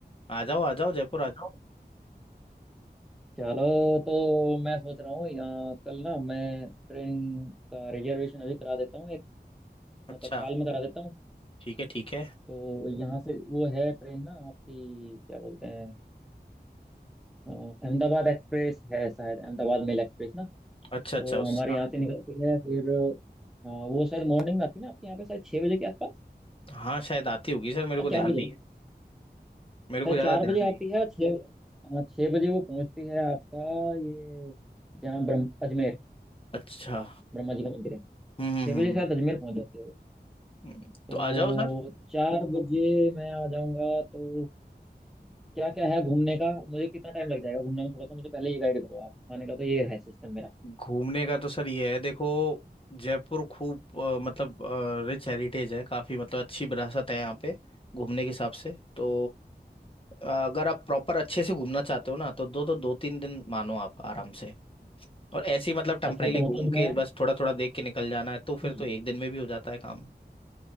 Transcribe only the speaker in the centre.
चलो तो मैं सोच रहा हूँ यहाँ कल ना मैं ट्रेन का रिजर्वेशन अभी करा देता हूँ एक
तत्काल में करा देता हूँ
तो यहाँ से वो है ट्रेन ना आपकी क्या बोलते हैं अ, अहमदाबाद एक्सप्रेस है शायद अहमदाबाद मेल एक्सप्रेस ना
तो
हमारे यहाँ से निकलती है फिर अ, वो शायद मॉर्निंग में आती है ना आपके यहाँ पे शायद छः बजे के आसपास
या
चार बजे
शायद
चार
बजे
आती
है और छः अ, छः बजे वो पहुँचती है आपका ये जहाँ ब्रह्म अजमेर
ब्रह्मा जी का मंदिर है
छः
बजे
शायद अजमेर पहुँच जाती है
वो
तो चार बजे मैं आ जाऊँगा तो क्या क्या है घूमने का मुझे कितना टाइम लग जाएगा घूमने में थोड़ा सा मुझे पहले ये गाइड करो आप आने का तो ये है सिस्टम मेरा
अच्छा तो
मतलब मैं
सुनो